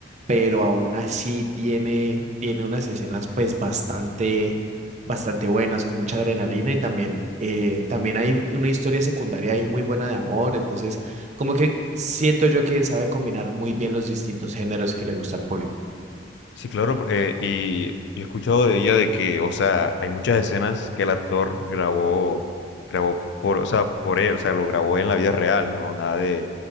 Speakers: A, on the right; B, on the left.
A: pero aún así tiene, tiene unas escenas pues bastante, bastante buenas, con mucha adrenalina y también, eh, también hay una historia secundaria ahí muy buena de amor, entonces... Como que siento yo que sabe combinar muy bien los distintos géneros que le gusta al público.
B: Sí, claro, por- eh, y yo he escuchado de ella de que, o sea, hay muchas escenas que el actor grabó, grabó por, o sea, por él, o sea, lo grabó en la vida real, no nada de,